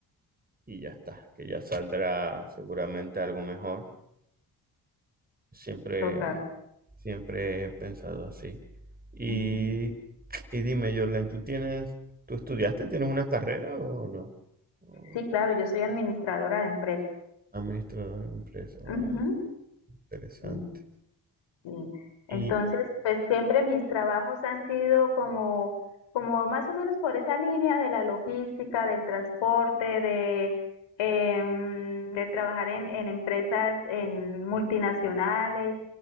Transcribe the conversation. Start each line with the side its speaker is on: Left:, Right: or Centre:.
Right: y ya está, que ya saldrá seguramente algo mejor. Siempre,
Left: Total.
Right: siempre he pensado así. Y,
Left: Ujú.
Right: y dime, Jorlen, ¿tú tienes, tú estudiaste, tienes una carrera o no? O
Left: Sí, claro, yo soy administradora de empresa.
Right: administrador de empresa, vale,
Left: Ujú,
Right: interesante.
Left: sí, sí. Entonces,
Right: Y,
Left: pues siempre mis trabajos han sido como, como más o menos por esa línea de la logística, del transporte, de, em, de trabajar en, en empresas en multinacionales.